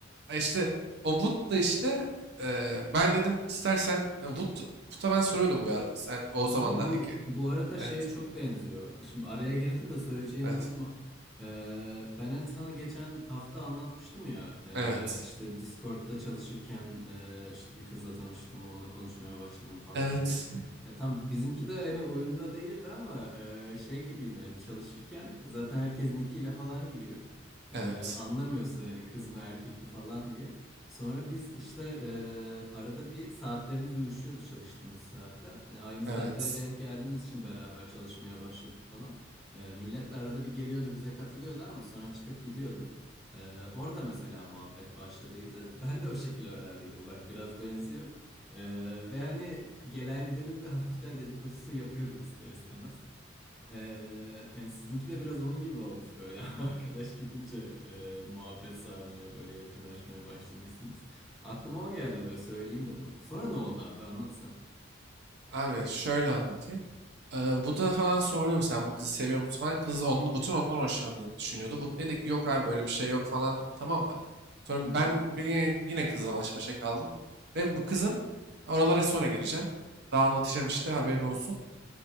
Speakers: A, on the right; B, in the centre.
A: Ha İşte o Wood da işte ee, ben dedim istersen e, Wood, Wood'a ben soruyordum bu arada. Sen o zamanlar
B: Oğlum bu
A: iki.
B: bu arada
A: Evet.
B: şeye çok benziyor. Şimdi araya girdim de söyleyeceğini
A: Evet.
B: unutma. Ee, ben hani sana geçen hafta anlatmıştım ya e,
A: Evet.
B: işte Discord'da çalışırken e, işte bir kızla tanıştım onunla konuşmaya başladım falan
A: Evet.
B: diye. Ya tam bizimki de hani oyunda değildi ama e, şey gibiydi hani çalışırken zaten herkes nickiyle falan giriyor. E,
A: Evet.
B: anlamıyorsun hani kız mı erkek mi falan diye. Sonra biz işte e, arada bir saatlerimiz uyuşuyordu çalıştığımız saatler. Hani aynı
A: Evet.
B: saatlere denk geldiğimiz için beraber çalışmaya başladık falan. E, millet de arada bir geliyordu bize katılıyordu ama sonra çıkıp gidiyordu. E, orada mesela muhabbet başladıydı. <laughs> Ben de o şekilde öğrendiydim. Bak biraz benziyor. E, ve hani gelen gidenin de hafiften dedikodusunu yapıyorduk ister istemez. Ee, hani sizinki de biraz onun gibi olmuş böyle <laughs> arkadaş gidince e, muhabbet sarmaya böyle yakınlaşmaya başlamışsınız. Aklıma o geldi böyle söyleyeyim dedim. Sonra ne oldu abi anlatsan.
A: Abi şöyle anlatayım. Ee, Wood'a falan sordum sen bu kızı seviyor musun falan. Kız onun, bütün ondan hoşlandığını düşünüyordu. Wood dedi ki yok abi böyle bir şey yok falan dedi tamam mı? Sonra
B: Hı hı.
A: ben bir, yine kızla baş başa kaldım. Ve bu kızın oralara sonra gireceğim. Daha anlatacağım işte haberin olsun.